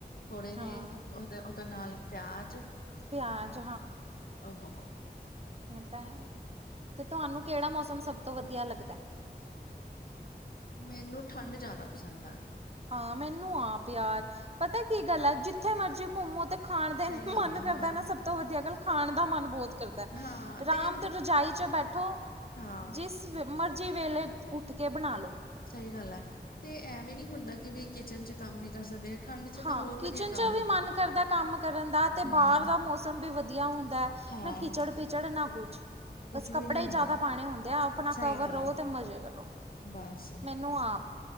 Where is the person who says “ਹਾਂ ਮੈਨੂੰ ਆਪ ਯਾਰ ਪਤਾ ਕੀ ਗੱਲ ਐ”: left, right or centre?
Right